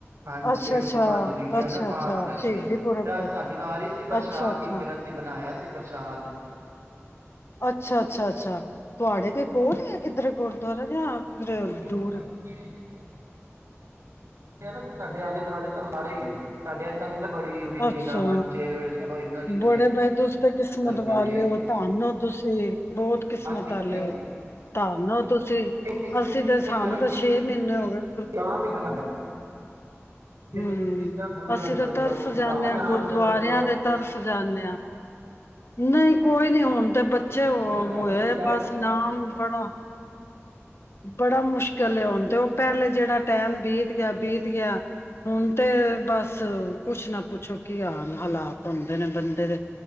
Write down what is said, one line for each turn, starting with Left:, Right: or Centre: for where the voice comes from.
Right: ਹਾਂਜੀ,
Left: ਅੱਛਾ-ਅੱਛਾ,
Right: ਤਿੰਨ ਤੋਂ ਪੰਜ ਬੀਬੀਆਂ
Left: ਅੱਛਾ-ਅੱਛਾ
Right: ਨਾ ਪਾਠ ਕਰਦੀਆਂ।
Left: ਸ਼ਹੀਦੀ ਪੁਰਬ ਤੇ
Right: ਅੱਜ ਸਾਡੀ ਵਾਰੀ ਸੀ ਪ੍ਰਸ਼ਾਦ
Left: ਅੱਛਾ-ਅੱਛਾ,
Right: ਦੀ ਫੇਰ ਅਸੀ ਬਨਾਯਾ ਸੀ ਪ੍ਰਸ਼ਾਦ।
Left: ਅੱਛਾ, ਅੱਛਾ, ਅੱਛਾ। ਤੁਆਡੇ
Right: ਹਾਂਜੀ
Left: ਤੇ ਕੋਲ ਈ ਐ ਕਿੱਧਰੇ ਗੋਰਦੋਆਰਾ ਯਾ ਕਿਦਰੇ
Right: ਸਾਡੇ
Left: ਦੂਰ।
Right: ਤੇ ਨਾ, ਸਾਡੇ ਆਲੇ-ਦੁਆਲੇ ਸਬ ਲਾ ਰੇ ਹੀ ਨੇ। ਸਾਡੇ ਐ ਸੰਗਤ ਬੜੀ ਜੁੜੀ ਦੀ
Left: ਅੱਛਾ,
Right: ਹੈ ਨਾਲ ਬੱਚੇ ਸਭ ਇੰਨਾ ਨਿਤਨੇਮ
Left: ਬੜੇ ਬਈ ਤੁਸੀ ਤੇ ਕਿਸਮਤ
Right: ਕਰਦੇ
Left: ਵਾਲੇ
Right: ਨੇ
Left: ਓ, ਧੱਨ ਓ ਤੁਸੀਂ ਬੋਤ ਕਿਸਮਤ
Right: ਅਸੀਂ
Left: ਆਲੇ
Right: ਦੇਖੋ
Left: ਓ, ਧੱਨ ਓ ਤੁਸੀਂ
Right: ਕਿਸ
Left: ਅੱਸੀ
Right: ਨੇ
Left: ਤੇ ਸਾਨੂੰ
Right: ਕਰਮਗੇ
Left: ‍ਤੇ ਸ਼ੇ ਮਈਨੇ ਓ ਗਏ।
Right: ਆਪ ਹੀ ਬਣਾਇਆ ਦੇਖੋ
Left: ਹੂੰ,
Right: ਤੁਸੀਂ ਇੰਨਾ ਗੁਰੂ
Left: ਅੱਸੀ
Right: ਨਾਲ ਜੁੜਦੇ
Left: ਤਾਂ ਤਰਸ
Right: ਹੋ ਤੁਸੀਂ
Left: ਸ ਜਾਂਦੇ
Right: ਘਰ
Left: ਆਹ
Right: ਨਾਮ
Left: ਗੁਰਦੁਆਰਿਆਂ
Right: ਜਪਦੇ ਹੋ
Left: ਦੇ ਤਰਸ ਜਾਣੇ ਆਂ ਨਹੀਂ ਕੋਈ ਨੀ ਹੁਣ ਤੇ ਬੱਚੇ ਹੋਏ
Right: ਐਵੇਂ ਨਾ ਤੁਸੀਂ ਜਾਇਆ
Left: ਬਸ ਨਾਮ ਬੜਾ ਬੜਾ ਮੁਸ਼ਕਿਲ ਹੁਣ ਤੇ ਉਹ ਪਹਿਲੇ ਜਿਹੜਾ ਟੈਮ ਬੀਤ ਗਿਆ ਬੀਤ ਗਿਆ। ਹੁਣ ਤੇ ਬਸ ਕੁਛ ਨਾ ਪੁੱਛੋ ਕੀ ਹਾਲ, ਹਾਲਾਤ ਹੁੰਦੇ ਨੇ ਬੰਦੇ ਦੇ